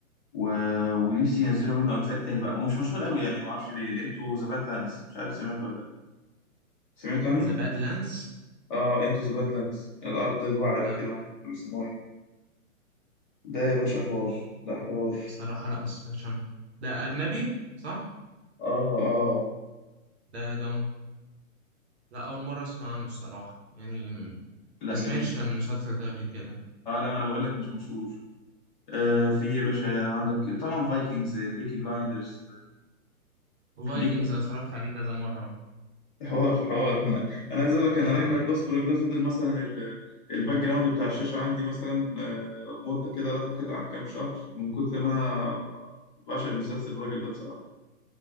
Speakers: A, on the left; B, on the right.
A: و... ونفسي ينزلوا منه اجزاء تاني بقى مش مشهور قوي يعني ما اعرفش ليه انتوا ذا باد لاندز مش عارف سمعت ولا لأ. سمعت عنه؟
B: ذا باد لاندز
A: اه انتو ذا بادلاندز الأرض الوعرة
B: لا
A: كده بيسموها ده يا باشا حوار ده حوار
B: الصراحة لا ما سمعتش عنه ده أجنبي صح؟
A: اه اه
B: ده ده لا أول مرة أسمع عنه الصراحة يعني
A: لا
B: ما سمعتش
A: جميل
B: عن المسلسل ده قبل كده
A: اه لا ما انا بقول لك مش مشهور آه في يا باشا عندك طبعا فايكنجز البيكي بلايندرز
B: فايكنجز
A: دي كل-
B: أنا اتفرجت عليه كذا مرة
A: حوار حوار انا انا عايز اقول
B: اه
A: لك انا راجنر لوسبروك ده فضل مثلا ال- الباك جراوند بتاع الشاشه عندي مثلا آه، مده كده لا تقل عن كام شهر من كتر ما انا بعشق المسلسل الراجل ده بصراحه